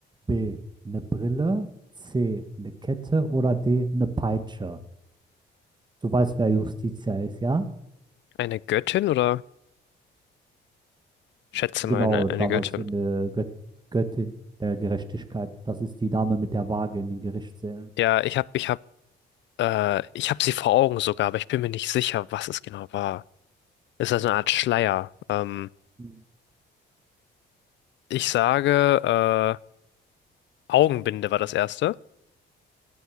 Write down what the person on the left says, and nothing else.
Eine Göttin oder schätze
mal eine, eine
Göttin?
Ja, ich habe ich hab Äh, ich habe sie vor Augen sogar, aber ich bin mir nicht sicher, was es genau war. Es ist also eine Art Schleier. Ähm,
ich sage, äh, Augenbinde war das erste.